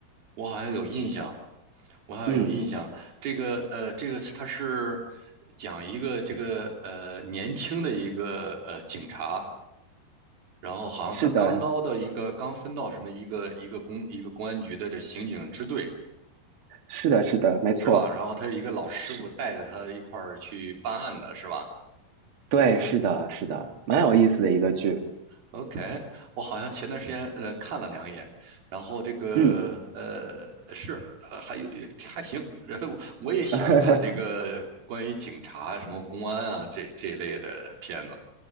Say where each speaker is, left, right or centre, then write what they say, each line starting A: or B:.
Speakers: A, on the right; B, on the right.
A: 我好像有印象，我好像有印象。
B: 嗯，
A: 这个呃，这个它是讲一个这个呃年轻的一个呃警察。然后好像他刚到的一个刚分到什么一个一个公一个公安局的这刑警支队
B: 是的，是的，是的，没错，
A: 是吧？然后他一个老师傅带着他一块儿去办案的是吧
B: 是，对，是的，是的，蛮有意思的一个剧。
A: ？OK，我好像前段时间呃看了两眼，然后这个呃是呃还有还行，
B: 嗯，
A: 然后我也喜欢看这个关于警察什么公安啊这这一类的片子，
B: <laughs>